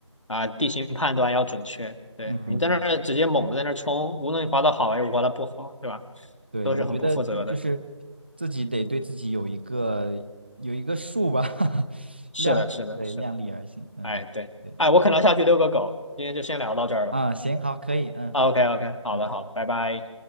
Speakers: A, on the left; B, on the right.
A: 啊、地形判断要准确。对，
B: 嗯嗯嗯。
A: 你在那儿直接猛的在那儿冲，
B: 嗯
A: 无论你滑的好还是滑的不好，对吧？
B: 对，
A: 都是很不负责的。
B: 我觉得这就是自己得对自己有一个有一个数吧，<laughs>
A: 是的，
B: 量力，
A: 是的，
B: 对，
A: 是的。
B: 量力而行，嗯，
A: 哎，对，
B: 对对，
A: 哎，我可能要下去遛个狗，今天就先聊到这儿了。
B: 啊，行，好，可以，嗯，
A: OK，OK，
B: 好的，
A: 好的，
B: 拜拜。
A: 好的，拜拜。